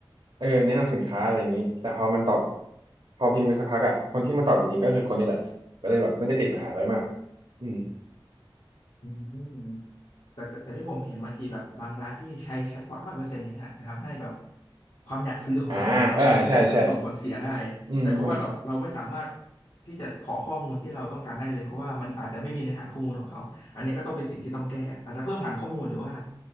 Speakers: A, on the right; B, on the left.
A: เออแนะนำสินค้าอะไรอย่างนี้แต่พอมันตอบพอพิมพ์ไปสักพักอะคนที่มาตอบจริงๆก็คือคนนี่แหละก็เลยแบบไม่ได้ติดปัญหาอะไรมากอืม
B: อืม แต่แต่แต่ที่ผมเห็นบางทีแบบบางร้านที่ใช้แชทบอทร้อยเปอร์เซ็นต์เนี่ยฮะจะทำให้แบบความอยากซื้อของเราอะมันลดลงอาจจะส่งผลเสียได้
A: อ่าเออใช่ใช่อืมมัน
B: ใช่เพราะว่าเราเราไม่สามารถที่จะขอข้อมูลที่เราต้องการได้เลยเพราะว่ามันอาจจะไม่มีในฐานข้อมูลของเขาอันนี้ก็ต้องเป็นสิ่งที่ต้องแก้อาจจะเพิ่มฐานข้อมูลหรือว่า